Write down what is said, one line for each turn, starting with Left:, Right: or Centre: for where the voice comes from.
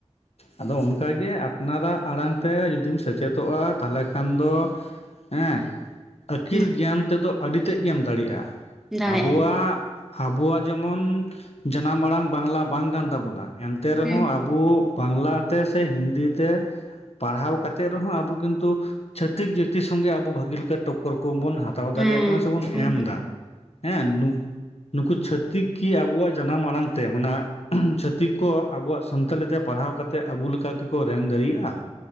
Left: ᱟᱫᱚ ᱚᱱᱠᱟᱜᱮ ᱟᱯᱱᱟᱨᱟᱜ ᱟᱲᱟᱝ ᱛᱮ ᱡᱩᱫᱤᱢ ᱥᱮᱪᱮᱫᱚᱜᱼᱟ ᱛᱟᱦᱚᱞᱮ ᱠᱷᱟᱱ ᱫᱚ ᱦᱮᱸ ᱟᱹᱠᱤᱞ
Centre: ᱦᱩᱸ
Left: ᱜᱮᱭᱟᱱ ᱛᱮᱫᱚ ᱟᱹᱰᱤ ᱛᱮᱫ ᱜᱮᱢ ᱫᱟᱲᱮᱜᱼᱟ,
Centre: ᱫᱟᱲᱮᱭᱟᱜᱼᱟ
Left: ᱟᱵᱚᱣᱟᱜ ᱟᱵᱚᱣᱟᱜ ᱡᱮᱢᱚᱱ ᱡᱟᱱᱟᱢ ᱟᱲᱟᱝ ᱵᱟᱝᱞᱟ ᱵᱟᱝ ᱠᱟᱱ ᱛᱟᱵᱚᱱᱟ ᱮᱱᱛᱮ ᱨᱮᱦᱚᱸ
Centre: ᱦᱩᱸ
Left: ᱟᱵᱚ ᱵᱟᱝᱞᱟ ᱛᱮ ᱥᱮ ᱦᱤᱱᱫᱤ ᱛᱮ ᱯᱟᱲᱦᱟᱣ ᱠᱟᱛᱮᱫ ᱨᱮᱦᱚᱸ ᱟᱵᱚ ᱠᱤᱱᱛᱩ ᱪᱷᱟᱹᱛᱤᱠ ᱡᱟᱹᱛᱤ ᱥᱚᱸᱜᱮ ᱟᱵᱚ ᱵᱷᱟᱹᱜᱤ ᱞᱮᱠᱟ ᱴᱚᱠ.... ᱠᱳᱨ ᱠᱳᱢᱵᱚᱱ ᱦᱟᱛᱟᱣ ᱫᱟᱲᱮᱭᱟᱜ
Centre: ᱦᱮᱸ
Left: ᱠᱟᱱᱟ ᱥᱮ ᱵᱚᱱ ᱮᱢ
Centre: ᱩᱱᱠᱩ
Left: ᱮᱫᱟ ᱦᱮᱸ, ᱱᱩ..... ᱱᱩᱠᱩ ᱪᱷᱟᱹᱛᱤᱠ ᱠᱤ ᱟᱵᱚᱣᱟᱜ ᱡᱟᱱᱟᱢ ᱟᱲᱟᱝ ᱛᱮ ᱢᱟᱱᱮ ᱪᱷᱟᱹᱛᱤᱠ ᱠᱚ ᱟᱵᱚᱣᱟᱜ ᱥᱟᱱᱛᱟᱞᱤ ᱛᱮ ᱯᱟᱲᱦᱟᱣ ᱠᱟᱛᱮᱫ ᱟᱵᱩ ᱞᱮᱠᱟ ᱠᱤᱠᱚ ᱨᱮᱝ ᱫᱟᱲᱮᱭᱟᱜᱼᱟ?